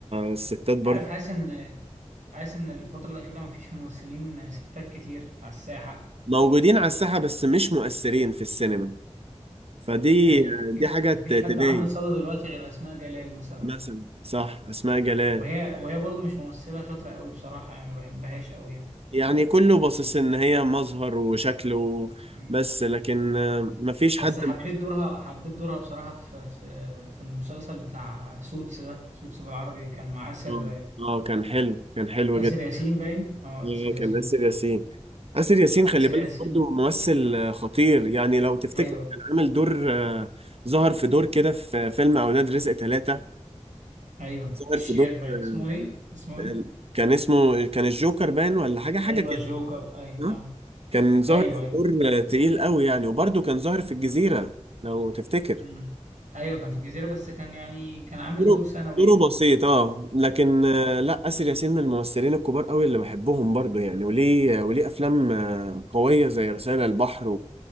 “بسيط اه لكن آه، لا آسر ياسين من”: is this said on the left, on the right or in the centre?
Right